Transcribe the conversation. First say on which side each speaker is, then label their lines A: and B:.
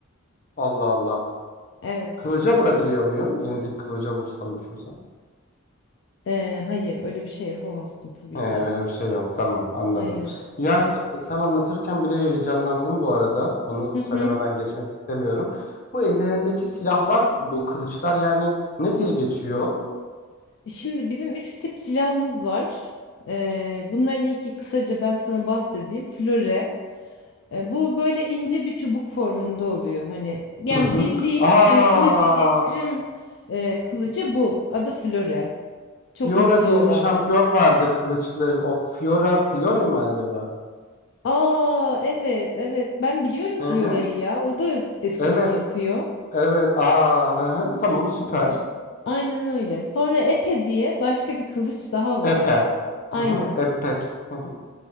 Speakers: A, on the left; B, on the left.
A: Allah Allah.
B: Evet.
A: Kılıca vurabiliyor muyum? Elindeki kılıca vursam düşürsem.
B: E, hayır öyle bir şey yapamazsın tabii
A: He,
B: ki.
A: öyle bir şey yok. Tamam, anladım.
B: Hayır.
A: Yani sen anlatırken bile heyecanlandım bu arada. Onu
B: Hı
A: söylemeden
B: hı.
A: geçmek istemiyorum. Bu ellerindeki silahlar, bu kılıçlar yani ne diye geçiyor?
B: Şimdi bizim üç tip silahımız var. E, bunların ilki kısaca ben sana bahsedeyim. Flöre. E, bu böyle ince bir çubuk formunda oluyor. Hani yani
A: Hı hı.
B: bildiğin
A: Aa,
B: hani klasik eskrim e, kılıcı bu. Adı Flore. Çok
A: Fiora
B: ince
A: diye
B: olan.
A: bir şampiyon vardı kılıçlı. O Fiora Flore mi acaba?
B: Aa evet evet ben biliyorum
A: Hı
B: Fiora'yı
A: hı.
B: ya. O da eskrim
A: Evet,
B: yapıyor.
A: evet. Aa, hı hı. Tamam, süper.
B: Aynen öyle. Sonra Epe diye başka bir kılıç daha var.
A: Epe.
B: Aynen.
A: Hı hı. Epek. Hı hı.